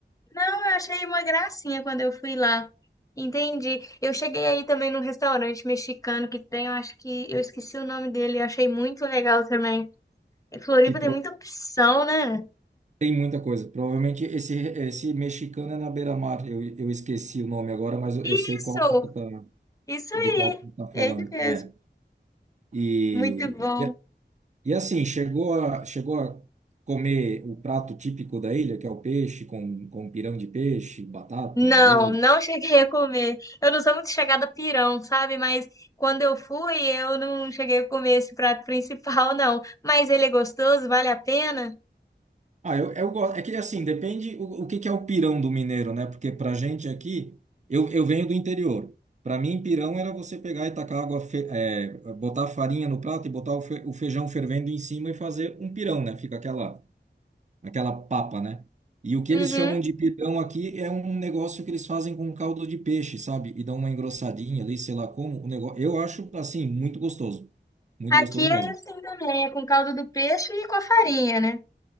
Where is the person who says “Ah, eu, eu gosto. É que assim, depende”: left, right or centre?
Right